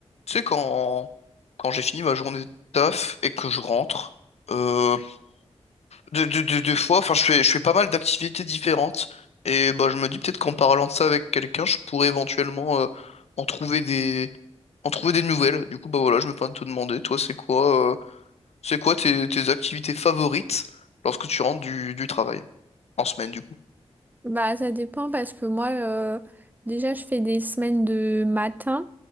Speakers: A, on the left; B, on the right.
A: Tu sais, quand, quand j'ai fini ma journée de taf et que je rentre, euh, de, de- de- des fois, enfin, je fais, je fais pas mal d'activités différentes. Et bah, je me dis peut-être qu'en parlant de ça avec quelqu'un, je pourrais éventuellement euh, en trouver des, en trouver des nouvelles. Du coup, bah voilà, je me permets de te demander, toi, c'est quoi, euh, c'est quoi tes, tes activités favorites lorsque tu rentres du, du travail? En semaine, du coup.
B: Bah, ça dépend parce que moi, euh, déjà, je fais des semaines de matin